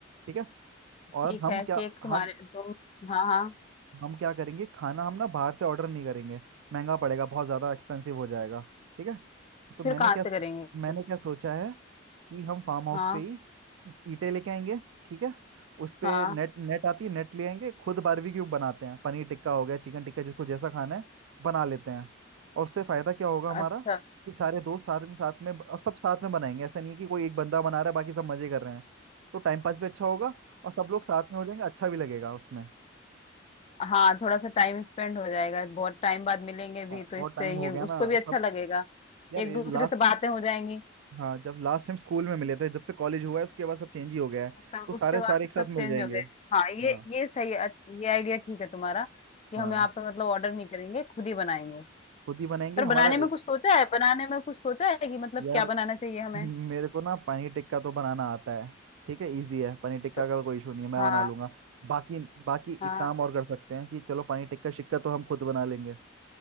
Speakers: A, on the right; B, on the left.
A: ठीक है
B: ठीक
A: और हम
B: है
A: क्या
B: केक तुम्हारे
A: हम
B: तुम हाँ हाँ
A: हम क्या करेंगे खाना हम ना बाहर से ऑर्डर नहीं करेंगे महंगा पड़ेगा बहुत ज़्यादा एक्सपेंसिव हो जाएगा ठीक है तो
B: फिर
A: मैंने
B: कहाँ
A: क्या
B: से
A: सो-
B: करेंगे
A: मैंने क्या सोचा है कि हम फार्म हाउस
B: हाँ
A: पे ही ईंटें लेके आएंगे ठीक है उस पे
B: हाँ
A: नेट नेट आती है नेट ले आएंगे खुद बारबेक्यू बनाते हैं पनीर टिक्का हो गया चिकन टिक्का जिसको जैसा खाना है बना लेते हैं और उससे फ़ायदा क्या होगा
B: अच्छा
A: हमारा कि सारे दोस्त साथ में साथ में अब सब साथ में बनाएंगे ऐसा नहीं है कि कोई एक बंदा बना रहा है बाकी सब मज़े कर रहे हैं तो टाइम पास भी अच्छा होगा और सब लोग साथ में हो जाएंगे अच्छा भी लगेगा उसमें
B: हाँ थोड़ा सा टाइम स्पेंड हो जाएगा बहुत टाइम बाद मिलेंगे भी
A: हाँ
B: तो
A: बहुत
B: इससे
A: टाइम हो
B: ये
A: गया ना
B: उसको भी अच्छा
A: सब
B: लगेगा
A: यार
B: एक दूसरे
A: लास्ट
B: से बातें हो जाएंगी
A: हाँ जब लास्ट टाइम स्कूल में मिले थे जब से कॉलेज हुआ है उसके बाद सब चेंज ही हो गया है
B: तब
A: तो सारे
B: उसके बाद
A: सारे
B: से
A: एक साथ
B: सब चेंज
A: मिल जाएंगे
B: हो गए हाँ ये
A: हाँ
B: ये सही है अच्छा, ये आइडिया ठीक है तुम्हारा कि हम
A: हाँ
B: यहाँ पे मतलब ऑर्डर नहीं करेंगे खुद ही बनाएंगे
A: खुद ही बनाएंगे
B: पर
A: हमारा
B: बनाने
A: ए,
B: में कुछ सोचा है बनाने में कुछ सोचा है कि मतलब
A: यार
B: क्या बनाना चाहिए हमें
A: मेरे को ना पनीर टिक्का तो बनाना आता है ठीक है इजी है पनीर टिक्का
B: तो
A: का तो कोई इशू नहीं है मैं
B: हाँ
A: बना लूंगा बाकी बाकी
B: हाँ
A: एक काम और कर सकते हैं कि चलो पनीर टिक्का शिक्का तो हम खुद बना लेंगे